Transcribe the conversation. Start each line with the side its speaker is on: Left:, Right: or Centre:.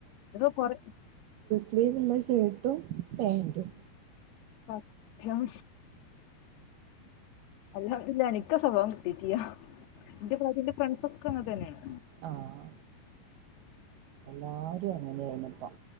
Left: ഞ്ഞ്പ്പ കൊറ
Right: സ്ലീവ്ള്ള ഷേട്ടും പാൻറും.
Left: സത്യം അല്ലാ പിന്നെ എ നിക്കാ സ്വഭാവം കിട്ടീട്ടിയ്യ. ഇന്റെ പ്രായത്തി ന്റെ ഫ്രണ്ട്സ് ഒക്കെ അങ്ങനെ തന്നേണ്.
Right: ആഹ് എല്ലാരും അങ്ങനെയാണ് ഇപ്പം